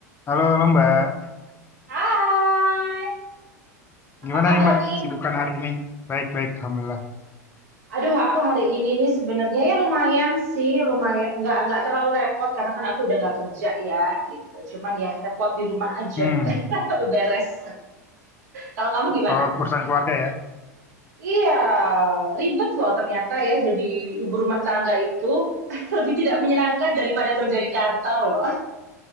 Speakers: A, on the left; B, on the right.
A: Halo, halo Mbak.
B: Hai, apa
A: Gimana
B: kabar
A: nih Mbak
B: nih?
A: sibukan hari ini? Baik-baik, Alhamdulillah.
B: Aduh, aku hari ini nih sebenarnya ya lumayan sih, lumayan nggak nggak terlalu repot karena kan aku udah nggak kerja ya gitu. Cuman ya repot di rumah aja,
A: Hmm,
B: <laughs> beres. Kalau kamu gimana?
A: kalau urusan keluarga ya.
B: Iya, ribet loh ternyata ya jadi ibu rumah tangga itu <laughs> lebih tidak menyenangkan daripada kerja di kantor loh.